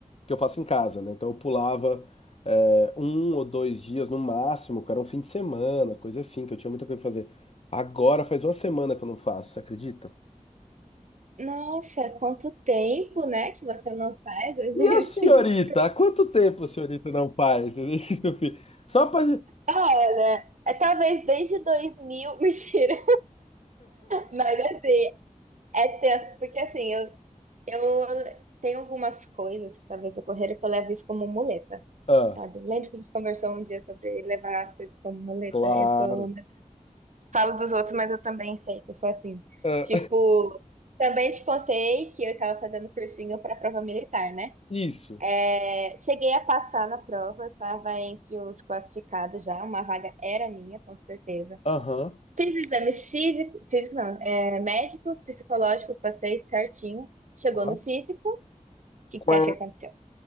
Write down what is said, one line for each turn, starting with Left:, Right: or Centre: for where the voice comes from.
Left: que eu faço em casa, né? Então eu pulava é, um ou dois dias no máximo, que era um fim de semana, coisa assim, que eu tinha muita coisa pra fazer. Agora faz uma semana que eu não faço, você acredita?
Right: Nossa, quanto tempo, né, que você não faz exercício.
Left: E a senhorita? Há quanto tempo a senhorita não faz exercício físico? Só pra.
Right: Olha, é talvez desde 2000, <laughs> mentira, mas assim, é tempo, porque assim, eu, eu tenho algumas coisas que talvez ocorreram que eu levo isso como muleta,
Left: Ah,
Right: sabe? Lembra que a gente conversou um dia sobre levar as coisas como muleta?
Left: claro.
Right: Eu sou Falo dos outros, mas eu também sei que eu sou assim.
Left: Ah,
Right: Tipo, também te contei que eu tava fazendo cursinho pra prova militar, né?
Left: isso.
Right: É, cheguei a passar na prova, eu tava entre os classificados já, uma vaga era minha, com certeza.
Left: Aham.
Right: Fiz exames físicos, físico não, é, médicos, psicológicos, passei certinho. Chegou
Left: tá.
Right: no físico, o que
Left: Quá.
Right: que você acha que aconteceu?